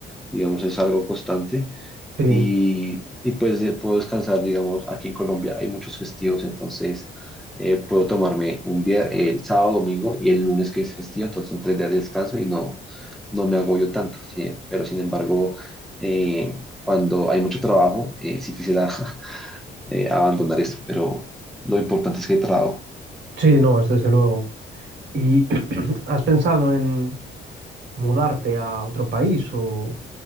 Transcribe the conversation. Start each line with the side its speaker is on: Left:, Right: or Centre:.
Centre: digamos es algo constante
Right: Sí,
Centre: y, y pues de- puedo descansar, digamos, aquí en Colombia hay muchos festivos, entonces eh, puedo tomarme un día, el sábado, domingo y el lunes que es festivo, entonces son tres días de descanso y no, no me agobio tanto, sí, Pero sin embargo, eh, cuando hay mucho trabajo, eh, sí quisiera <laughs> eh, abandonar esto, pero lo importante es que hay trabajo.
Right: sí, no, es desde luego. ¿Y <clears throat> has pensado en mudarte a otro país o,